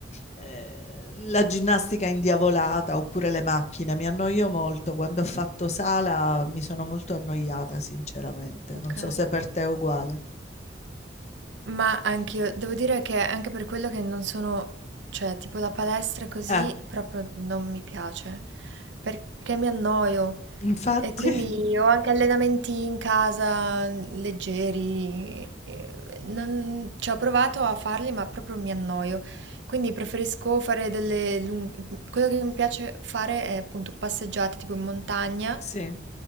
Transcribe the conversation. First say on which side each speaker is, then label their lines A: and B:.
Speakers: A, on the left; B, on the right.
A: eh, la ginnastica indiavolata oppure le macchine. Mi annoio molto. Quando ho fatto sala mi sono molto annoiata, sinceramente.
B: ok.
A: Non so se per te è uguale.
B: Ma anch'io, devo dire che anche per quello che non sono, cioè, tipo la palestra così
A: Eh,
B: proprio non mi piace, perché mi annoio
A: infatti,
B: e quindi
A: <laughs>
B: ho anche allenamenti in casa mm, leggeri, eh, non- ci ho provato a farli ma proprio mi annoio, quindi preferisco fare delle lun- quello che mi piace fare è appunto passeggiate tipo in montagna,
A: sì.